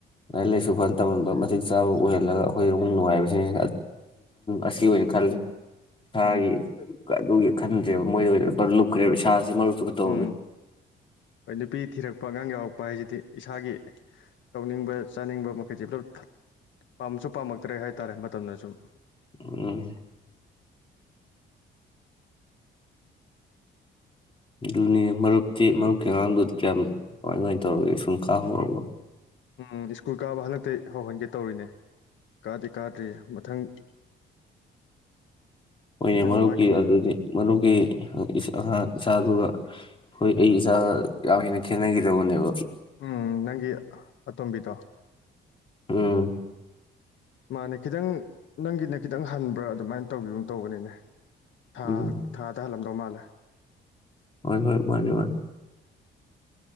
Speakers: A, on the left; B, on the left.
A: ꯂꯥꯏꯔꯤꯛ ꯂꯥꯏꯁꯨ ꯐ ꯇꯝꯍꯟꯕ ꯃꯇꯤꯛ ꯆꯥꯕ ꯑꯣꯏꯍꯜꯂꯒ ꯑꯩꯈꯣꯏꯗ ꯑꯃꯨꯛ ꯅꯨꯡꯉꯥꯏꯕꯁꯤꯅꯤ ꯑꯁꯤ ꯑꯣꯏꯅ ꯈꯜꯂꯤ ꯍꯥꯏꯦ
B: ꯎꯝ
A: ꯑꯗꯨꯒꯤ ꯈꯟꯗ꯭ꯔꯦꯕ ꯃꯣꯏꯗ ꯂꯨꯞꯈ꯭ꯔꯦꯕ ꯏꯁꯥꯥꯁ ꯃꯔ ꯇ
B: ꯎꯝ ꯍꯣꯏ ꯅꯨꯄꯤ ꯊꯤꯔꯛꯄ ꯑꯉꯥꯡ ꯌꯥꯎꯔꯛꯄ ꯍꯥꯏꯁꯤꯗꯤ ꯏꯁꯥꯒꯤ ꯇꯧꯅꯤꯡꯕ ꯆꯥꯅꯤꯡꯕ ꯃꯈꯩꯁꯦ ꯄꯨꯂꯞ ꯄꯥꯝꯁꯨ ꯄꯥꯝꯂꯛꯇ꯭ꯔꯦ ꯍꯥꯏꯇꯥꯔꯦ ꯃꯇꯝꯗ ꯁꯨꯝ
A: ꯎꯝ ꯑꯗꯨꯅꯤ ꯃꯔꯨꯞꯇꯤ ꯃꯔꯨꯞꯀꯤ ꯑꯉꯥꯡꯗꯨꯗꯤ ꯀꯌꯥꯝ ꯀꯃꯥꯏ ꯀꯃꯥꯏꯅ ꯇꯧꯔꯒꯦ ꯁꯨꯡ ꯈꯥꯍꯧꯔꯕ
B: ꯎꯝ ꯁ꯭ꯀꯨꯜ ꯀꯥꯕ ꯍꯟꯗꯛꯇꯤ ꯍꯧꯍꯟꯒꯦ ꯇꯧꯔꯤꯅꯦ ꯀꯥ ꯀꯥꯗ꯭ꯔꯤ ꯃꯊꯪ
A: ꯑꯣꯏꯅꯦ
B: ꯈꯤꯇꯪ
A: ꯃꯔꯨꯞꯀꯤ
B: ꯋꯥꯠꯈꯤꯅꯤ
A: ꯑꯗꯨꯗꯤ ꯃꯔꯨꯞꯒꯤ ꯑꯉꯥꯡ ꯏꯆꯥꯗꯨꯒ ꯍꯣꯏ ꯑꯩ ꯏꯆꯥꯒ ꯌꯥꯝ ꯍꯦꯟꯅ ꯈꯦꯠꯅꯈꯤꯗꯧꯕꯅꯦꯕ
B: ꯎꯝ ꯅꯪꯒꯤ ꯑꯇꯣꯝꯕꯤꯗꯣ
A: ꯑꯥ
B: ꯃꯥꯅꯦ ꯈꯤꯇꯪ ꯅꯪꯒꯤꯅ ꯈꯤꯇꯪ ꯍꯟꯕ ꯄꯨꯔꯥ ꯑꯗꯨꯃꯥꯏꯅ ꯇꯧꯕꯤꯒꯨꯝ ꯇꯧꯕꯅꯤꯅꯦ ꯊꯥ
A: ꯎꯝ
B: ꯊꯥ ꯇ ꯍꯜꯂꯝ ꯀꯃꯂ
A: ꯍꯣꯏ ꯍꯣꯏ ꯃꯥꯅꯦ ꯃꯥꯅꯦ